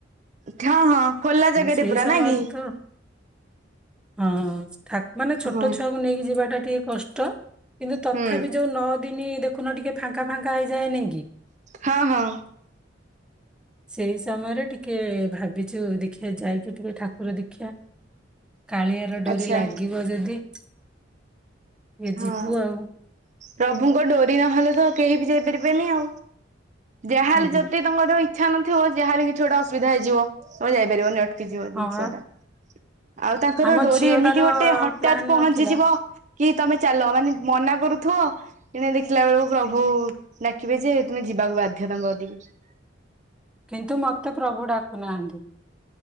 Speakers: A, on the right (about 40°); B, in the centre.
A: ହଁ ହଁ ଖୋଲା ଜାଗାରେ
B: ସେଇ
A: ପୁରା
B: ସମୟ
A: ନା କି।
B: ତ ହଁ। ଠାକ୍ ମାନେ ଛୋଟ
A: ହଁ
B: ଛୁଆକୁ ନେଇକି ଯିବାଟା ଟିକେ । କଷ୍ଟ। କିନ୍ତୁ ତଥାପି
A: ହୁଁ
B: ଯୋଉ ନଅ ଦିନି ଦେଖ ନ ଟିକେ ଫାଙ୍କା ଫାଙ୍କା ହେଇଯାଏ ନି କି।
A: ହଁ ହଁ।
B: ସେଇ ସମୟରେ ଟିକେ ଭାବି । ଚୁ ଯୋଉ ଦେଖିବା ଯାଇକି ଟିକେ ଠାକୁର ଦେଖିବା। କାଳିଆର ଡୋରି
A: ଆଚ୍ଛା
B: ଲାଗିବ ଯଦି । ଏ
A: ହଁ
B: ଯିବୁ ଆଉ।
A: ପ୍ରଭୁଙ୍କ ଡୋରି ନହେଲେ ତ କେହି ବି ଯାଇପାରିବେନି ଆଉ। ଯାହା
B: ହୁଁ
A: ହେଲେ
B: ହୁଁ।
A: ଯଦି ତଙ୍କର ଇଚ୍ଛା ନ ନଥିବ ଯାହା ହେଲେ କିଛି ଗଟେ ଅସୁବିଧା ହେଇଯିବ ତମେ ଯାଇାରିବନି । ଟିଯିବ
B: ହଁ
A: ଜିନିଷ
B: ବା
A: ଟା। ଆଉ ତାଙ୍କର
B: ଆମ
A: ଡୋରି
B: ଝିଅଟାର
A: ଏମିତି ଗୋଟେ ହଠତ୍
B: ପ୍ଲାନ୍
A: ପହଞ୍ଚିଯିବ
B: ନଥିଲା
A: । କି । ତମେ ଚାଲ ମାନେ ମନା କରୁଥିବ ଏଣେ ଦେଖିଲା ବେଳକୁ ପ୍ରଭୁ ଡାକିବେ ଯେ ତୁମେ ଯିବାକୁ ବାଧ୍ୟ ତାଙ୍କ କତିକି ।
B: କିନ୍ତୁ ମତେ ପ୍ରଭୁ ଡାକୁ ନାହାନ୍ତି।